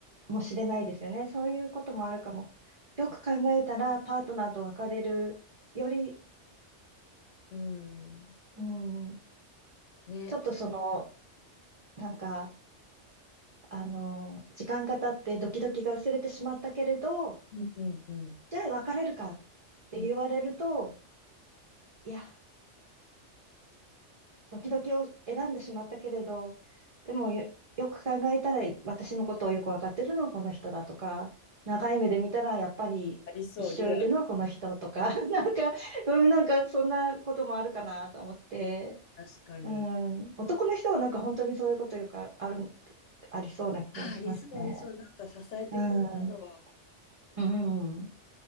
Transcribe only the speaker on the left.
そ
う、うん、
ね、
うん、うん、うん、
うん。
ありそう、リアル。
うん確かに。
あ、ありそう、ありそう。なんか支えてくれたのは、
あ